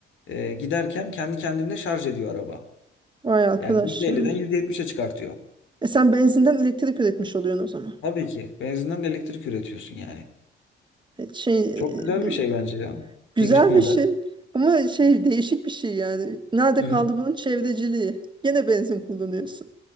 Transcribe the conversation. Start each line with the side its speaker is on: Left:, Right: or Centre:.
Left: e, giderken kendi kendine şarj ediyor araba.
Right: Vay arkadaş
Left: Yani yüzde elli'den
Right: ya.
Left: yüzde yetmiş'e çıkartıyor.
Right: E sen benzinden elektrik üretmiş oluyorsun o zaman.
Left: Tabii ki benzinden de elektrik üretiyorsun yani.
Right: E Şey
Left: Çok
Right: e,
Left: güzel
Right: bu
Left: bir şey bence ya.
Right: güzel
Left: Hibrit model.
Right: bir şey ama şey değişik bir şey yani. Nerede
Left: Hı
Right: kaldı
Left: hı.
Right: bunun çevreciliği? Gene benzin kullanıyorsun.